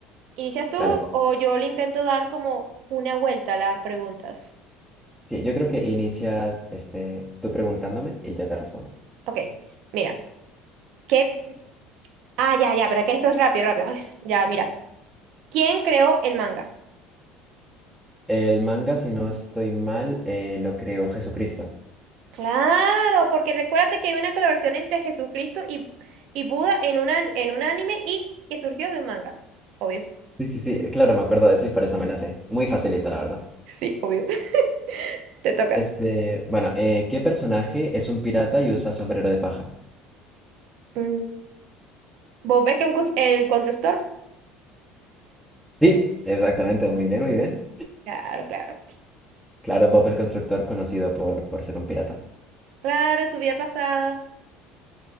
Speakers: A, on the right; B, in the centre.
A: ¿Inicias tú
B: Dale.
A: o yo le intento dar como una vuelta a las preguntas?
B: Sí, yo creo que inicias este, tú preguntándome y yo te respondo.
A: Ok, mira, ¿qué? Ah, ya, ya, pero que esto es rápido, rápido. Ay, ya, mira. ¿Quién creó el manga?
B: El manga, si no estoy mal, eh, lo creó Jesucristo.
A: Claro, porque recuérdate que hay una colaboración entre Jesucristo y, y Buda en, una, en un anime y que surgió de un manga. Obvio.
B: Sí, sí, sí, claro, me acuerdo de eso y por eso me la sé. Muy facilita, la verdad.
A: Sí, obvio. <laughs> Te toca.
B: Este, bueno, eh, ¿qué personaje es un pirata y usa sombrero de paja?
A: Mm, ¿Vos ves que el constructor?
B: Sí, exactamente, muy bien, muy bien.
A: Claro, claro.
B: Claro, Bob el Constructor, conocido por, por ser un pirata.
A: Claro, en su vida pasada.